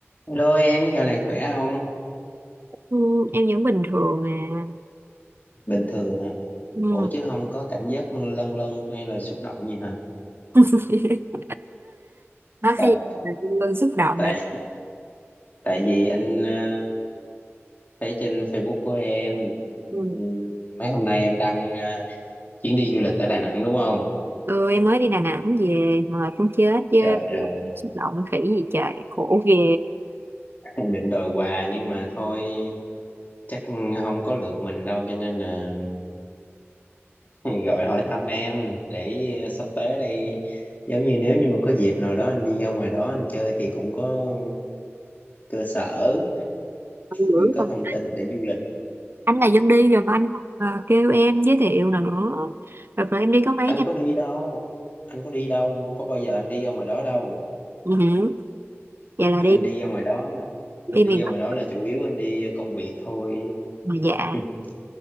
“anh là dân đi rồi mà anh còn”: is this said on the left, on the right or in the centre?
Right